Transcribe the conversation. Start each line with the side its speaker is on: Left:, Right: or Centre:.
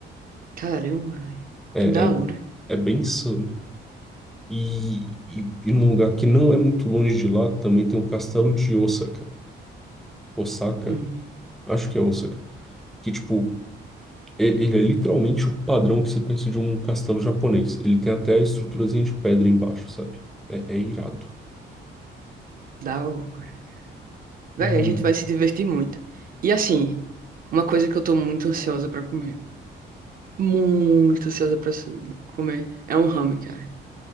Right: Caramba, velho,
Centre: É,
Right: que da
Centre: é,
Right: hora.
Centre: é bem insano. E, e, e num lugar que não é muito longe de lá, também tem o Castelo de Osaka. Osaka,
Right: Hum,
Centre: acho que é Osaka. Que, tipo, é- ele é literalmente o padrão que você pensa de um castelo japonês. Ele tem até a estruturazinha de pedra embaixo, sabe? É, é irado.
Right: da hora. Velho,
Centre: Hum.
Right: a gente vai se divertir muito. E assim, uma coisa que eu tô muito ansiosa pra comer. Muito ansiosa pra se- comer. É um ramen, cara.